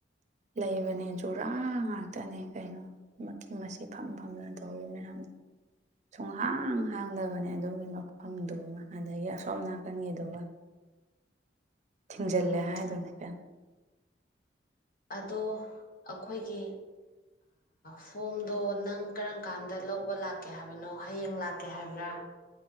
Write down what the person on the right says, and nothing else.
ꯂꯩꯕꯅꯦ ꯖꯨꯔꯥ ꯉꯥꯛꯇꯅꯦ ꯀꯩꯅꯣ ꯃꯤ ꯃꯤ ꯐꯝ ꯐꯝꯗꯅ ꯇꯧꯋ ꯃꯌꯥꯝꯗꯣ ꯁꯨꯡꯍꯥꯡ ꯍꯥꯡꯗꯕꯅꯦ ꯑꯗꯨꯒꯤ ꯃꯐꯝꯗꯨ ꯑꯗꯒꯤ ꯑꯁꯣꯝ ꯅꯥꯀꯟꯒꯤꯗꯨ ꯊꯤꯡꯖꯤꯜꯂꯦ
ꯍꯥꯏꯗꯅꯦ ꯀꯩꯅ